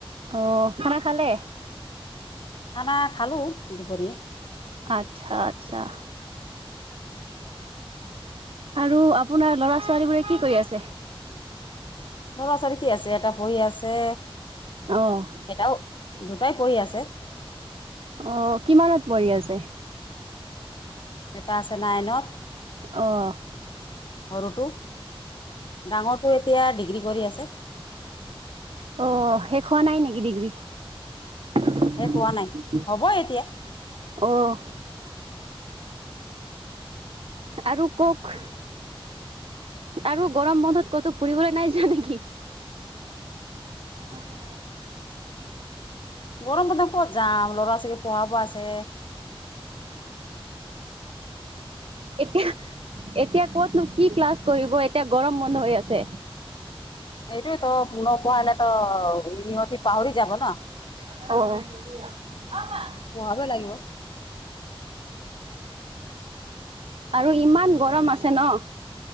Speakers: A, on the right; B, on the left.
A: আহ খানা খালে?
B: খানা খালো দুপৰীয়া।
A: আচ্ছা আচ্ছা। আৰু আপোনাৰ ল'ৰা -ছোৱালী বোৰে কি কৰি আছে?
B: ল'ৰা- ছোৱালী কি আছে এটা শুই আছে,
A: অ',
B: এটাও দুটাই পঢ়ি আছে।
A: অ' কিমানত পঢ়ি আছে।
B: এটা আছে নাইনত
A: অহ
B: সৰুটো, ডাঙৰটো এতিয়া ডিগ্ৰী কৰি আছে।
A: অ'শেষ হোৱা নাই নেকি ডিগ্ৰী? <unintelligible>
B: শেষ হোৱা নাই হ'ব এতিয়া
A: অহ <inaudible> আৰু কওঁক? আৰু গৰম বন্ধত ক'তো ফুৰিবলৈ নাই যোৱা নেকি? উম
B: গৰম বন্ধত ক'ত যাম, ল'ৰা-ছোৱালী পঢ়াব আছে।
A: এতিয়া, এতিয়া ক'তনো কি ক্লাছ কৰিব এতিয়া গৰম বন্ধ হৈ আছে।
B: সেইটোৱেতো নপঢ়ালেতো সিহঁতি পাহৰি যাব ন।
A: অ
B: পঢ়াব লাগিব।
A: আৰু ইমান গৰম আছে ন?